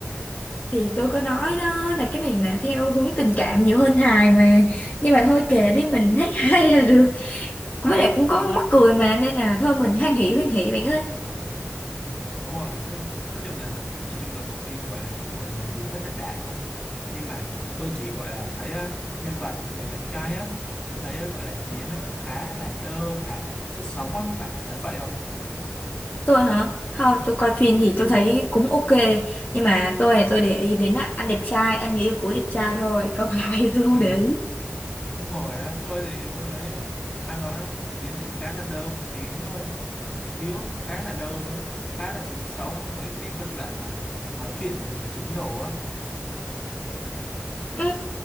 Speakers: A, on the left; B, on the left.
A: thì tôi có nói đó là cái này là theo hướng tình cảm nhiều hơn hài mà nhưng mà thôi kệ đi mình thấy <laughs> hay là được với lại cũng có mắc cười mà nên là thôi mình hoan hỉ hoan hỉ bạn ơi
B: Ừ, đúng rồi với- nói chung là nhìn chung là bộ phim gọi là mọi người diễn rất là đạt luôn nhưng mà tôi chỉ gọi là thấy á, nhân vật người bạn trai á tôi thấy á, gọi là diễn á, khá là đơ khá là thiếu sức sống á bạn có thấy vậy không
A: tôi hả không tôi coi phim thì tôi thấy cũng ok nhưng mà tôi là tôi để ý đến á, anh đẹp trai anh người yêu cũ đẹp trai thôi còn lại thì tôi không
B: Ừ
A: để ý
B: Đúng rồi á, tôi thì tôi thấy anh nói diễn khá là đơ một tí thôi Hiếu khá là đơ luôn á khá là thiếu sức sống mấy cái phân đoạn mà nói chuyện về nữ chính đồ á
A: ừ,